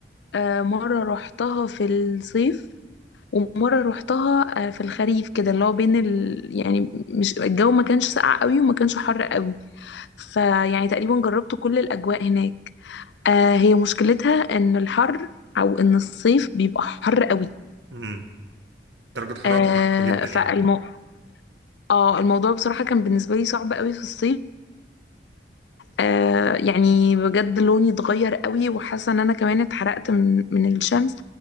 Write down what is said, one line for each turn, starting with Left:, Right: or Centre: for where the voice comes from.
Left: آه، مرة روحتها في الصيف ومرة روحتها آه، في الخريف كده اللي هو بين ال... يعني مش الجو ما كانش ساقع قوي وما كانش حر قوي فيعني تقريبا جربت كل الأجواء هناك آه، هي مشكلتها إن الحر أو إن الصيف بيبقى حر قوي
Right: امم درجة حرارة
Left: آه،
Right: بتبقى عالية جدا
Left: فالمو...
Right: يعني
Left: اه الموضوع بصراحة كان بالنسبة لي صعب قوي في الصيف آه يعني بجد لوني اتغير قوي وحاسه ان انا كمان اتحرقت من من الشمس